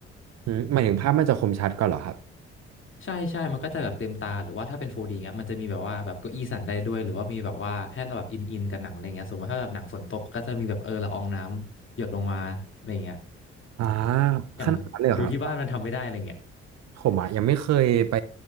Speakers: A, on the right; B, on the left.
A: หืมหมายถึงภาพมันจะคมชัดกว่อนเหรอครับ
B: ใช่ใช่ มันก็จะแบบเต็มตา หรือว่าถ้าเป็น 4D เงี้ยมันจะมีแบบว่าแบบเก้าอี้สั่นได้ด้วย หรือว่ามีแบบว่าให้เราแบบอินอินกับหนังอะไรเงี้ยสมมติถ้าแบบหนังฝนตกก็จะมีแบบเออละอองน้ำหยดลงมาอะไรเงี้ย
A: อ่า
B: อย่างดูที่บ้านมันทำไม่ได้อะไรเงี้ย
A: ขนาดนั้นเลยเหรอครับ ผมอ่ะยังไม่เคยไป